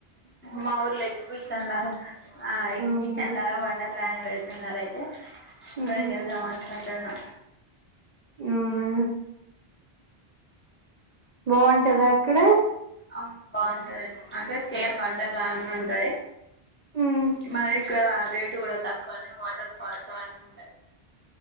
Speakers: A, on the left; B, on the right.
A: మా ఊర్ల ఎక్సిబిషన్ లాగా అ ఎక్సిబిషన్
B: అవునా
A: లాగా వండర్లా ల్యాండ్ వెడ్ తున్నారయితే ఇక్కడికి
B: ఉహు
A: వెళ్దాం అనుకుంటున్నా
B: అవునా బావుంటద అక్కడ
A: అవును బావుంటది అంటే సేమ్ వండర్ లానే ఉంటాది
B: ఉమ్
A: మాది ఇక్కడ రేటు కూడా తక్కువనే వాటర్ ఫాల్స్ అవన్నీ ఉంటాయి